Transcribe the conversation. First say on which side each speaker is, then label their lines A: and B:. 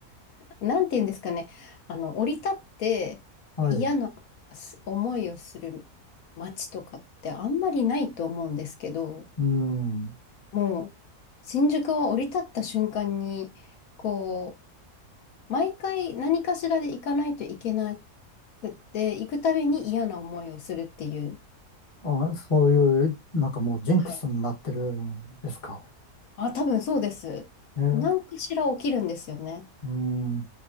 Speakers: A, on the left; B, on the left.
A: なんて言うんですかね、あの、降り立って嫌なす思いをする街とかってあんまりないと思うんですけど、
B: はい。うん。
A: もう、新宿は降り立った瞬間に、こう、毎回何かしらで行かないといけなくって、行くたびに嫌な思いをするっていう。
B: あ、そういう、なんかもうジンクスになってるんですか
A: はい。あ、多分そうです。
B: え
A: 何かしら起きるんですよね。
B: うん。